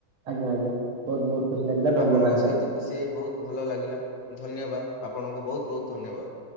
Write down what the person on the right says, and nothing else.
ଆଜ୍ଞା ଆଜ୍ଞା ବହୁତ ବହୁତ ଖୁସି ଲାଗିଲା ଧନ୍ୟବାଦ
ଭାଇ